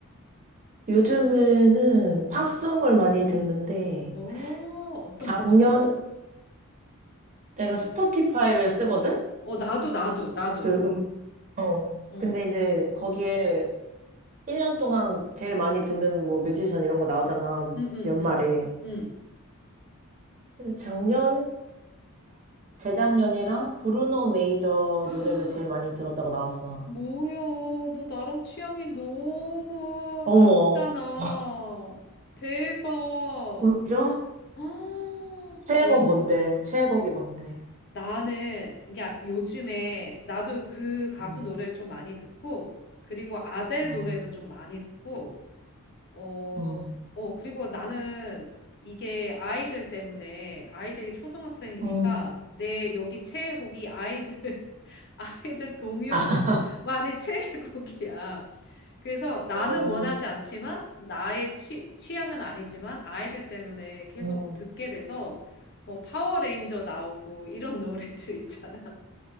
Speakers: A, on the right; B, on the left.
A: 요즘에는 팝송을
B: 음.
A: 많이 듣는데,
B: 어, 어떤
A: 작년,
B: 팝송?
A: 내가
B: 음.
A: 스포티파이를 쓰거든?
B: 어, 나도 나도 나도.
A: 그 음, 어.
B: 응.
A: 근데 이제 거기에 1년 동안 제일 많이 듣는 뭐 뮤지션 이런 거 나오잖아,
B: 응, 응,
A: 연말에.
B: 응. 응.
A: 그래서 작년이랑 재작년이랑
B: 응?
A: 브루노
B: 응?
A: 메이저
B: <gasps>
A: 노래를 제일 많이 들었다고 나왔어.
B: 뭐야, 너 나랑 취향이 너무
A: 어머.
B: 같잖아.
A: 아,
B: 대박.
A: 뭐죠?
B: <gasps> 아,
A: 최애곡
B: 웬,
A: 뭔데? 최애곡이 뭔데?
B: 나는, 야, 요즘에 나도 그 가수
A: 음,
B: 노래를 좀 많이 듣고, 그리고 아델
A: 음,
B: 노래도 좀 많이 듣고, 어,
A: 음,
B: 어, 그리고 나는 이게 아이들 때문에 아이들이 초등학생이니까
A: 음.
B: 내 여기 최애곡이 아이들, <laughs> 아이들 동요도
A: 아,
B: <laughs> 많이 최애곡이야. 그래서 나는
A: 어,
B: 원하지 않지만 나의 취, 취향은 아니지만 아이들 때문에 계속
A: 음,
B: 듣게 돼서 뭐 파워레인저 나오고 이런 노래들 있잖아.